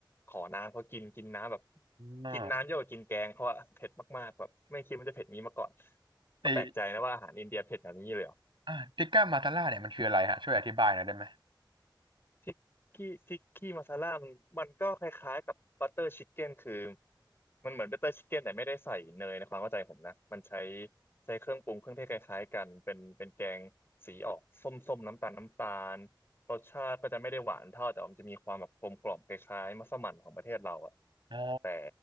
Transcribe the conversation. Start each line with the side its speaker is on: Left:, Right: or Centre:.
Left: ขอน้ำเขากินกินน้ำแบบ
Right: อืม
Left: กินน้ำเยอะกว่ากินแกงเขาอะเผ็ดมากๆแบบไม่คิดมันจะเผ็ดนี้มาก่อน
Right: ไอ
Left: ก็แปลกใจนะว่าอาหารอินเดียเผ็ดแบบนี้เลยเหรอ
Right: อ่าทิกก้ามาตาล่าเนี่ยมันคืออะไรฮะช่วยอธิบายหน่อยได้ไหม
Left: ทิกกี้ทิกกี้มาซาล่ามันมันก็คล้ายๆกับบัตเตอร์ชิคเก้นคือมันเหมือนบัตเตอร์ชิคเก้นแต่ไม่ได้ใส่เนยในความเข้าใจผมนะมันใช้ใช้เครื่องปรุงเครื่องเทศคล้ายๆกันเป็นเป็นแกงสีออกส้มๆน้ำตาลน้ำตาลรสชาติก็จะไม่ได้หวานเท่าแต่มันจะมีความแบบกลมกล่อมคล้ายๆมัสมั่นของประเทศเราอะ
Right: อ๋อ
Left: แต่